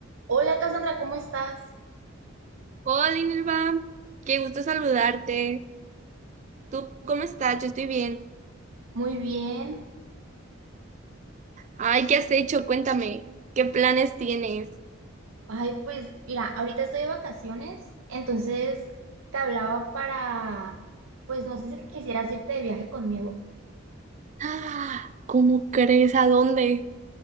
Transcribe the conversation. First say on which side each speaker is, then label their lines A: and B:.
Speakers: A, on the right; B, on the right.
A: Hola Cassandra, ¿cómo estás?
B: Hola, Inelva. Qué gusto saludarte. ¿Tú cómo estás? Yo estoy bien.
A: Muy bien.
B: Ay, ¿qué has hecho? Cuéntame. ¿Qué planes tienes?
A: Ay, pues mira, ahorita estoy de vacaciones, entonces te hablaba para, pues no sé si quisieras irte de viaje conmigo.
B: Ah, ¿cómo crees? ¿A dónde?